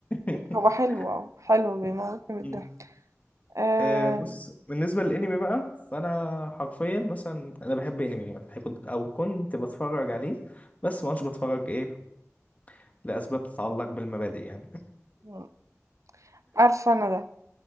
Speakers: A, on the left; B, on the right.
A: <laughs>
B: هو حلو آه، حلو بيموتني من الضحك،
A: مم.
B: آآ،
A: آه، بص بالنسبة للانمي بقى فانا حرفيا مثلا انا بحب انمي يعني كنت او كنت بتفرج عليه بس ما كنتش بتفرج ايه لاسباب تتعلق بالمبادئ يعني
B: إمم، عارفة أنا ده،